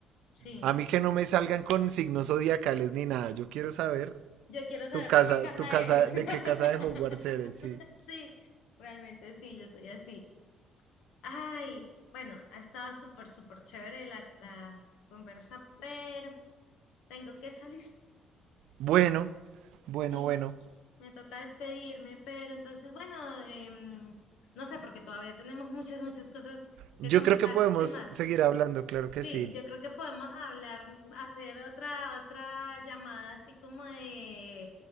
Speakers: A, on the left (about 80°); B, on the right (about 80°).
A: sí.
B: A mí que no me salgan con signos zodiacales ni nada. Yo quiero saber
A: Yo quiero saber
B: tu casa,
A: de qué casa
B: tu casa,
A: eres.
B: de
A: <laughs>
B: qué casa de Hogwarts eres, sí.
A: Sí, realmente sí, yo soy así. Ay, bueno, ha estado súper, súper chévere la, la conversa, pero tengo que salir.
B: Bueno, bueno,
A: Sí,
B: bueno.
A: me toca despedirme, pero entonces, bueno, em, no sé, porque todavía tenemos muchas, muchas cosas
B: Yo
A: que conversar.
B: creo que podemos
A: Es más,
B: seguir hablando, claro
A: sí,
B: que sí.
A: yo creo que podemos hablar, hacer otra, otra llamada así como de